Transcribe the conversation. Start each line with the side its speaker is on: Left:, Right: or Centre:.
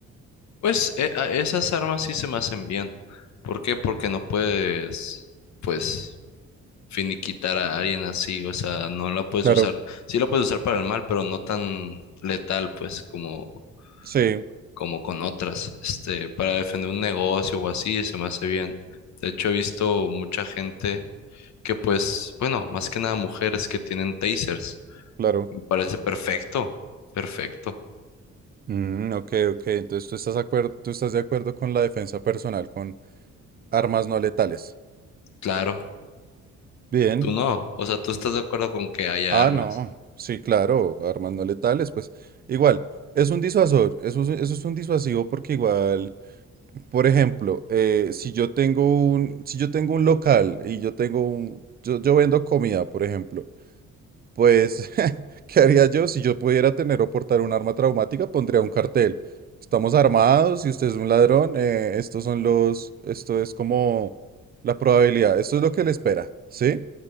Left: Pues e- a- esas armas sí se me hacen bien. ¿Por qué? Porque no puedes, pues, finiquitar a alguien así. O sea, no la puedes
Right: Claro,
Left: usar. Sí la puedes usar para el mal, pero no tan letal, pues, como
Right: sí,
Left: como con otras, este, para defender un negocio o así, se me hace bien. De hecho, he visto mucha gente que pues, bueno, más que nada mujeres que tienen tasers.
Right: claro.
Left: Me parece perfecto, perfecto.
Right: Mm, ok, ok. Entonces tú estás acuer- tú estás de acuerdo con la defensa personal, con armas no letales.
Left: Claro,
Right: Bien.
Left: tú no, o sea, tú estás de acuerdo con que haya
Right: Ah,
Left: armas.
Right: no. Sí, claro, armas no letales. Pues igual, es un disuasor. Eso, es- eso es un disuasivo porque igual, por ejemplo, eh, si yo tengo un, si yo tengo un local y yo tengo un, yo yo vendo comida, por ejemplo. Pues, <laughs> ¿qué haría yo? Si yo pudiera tener o portar un arma traumática, pondría un cartel. Estamos armados y usted es un ladrón. eh, estos son los, esto es como la probabilidad. Esto es lo que le espera, ¿sí?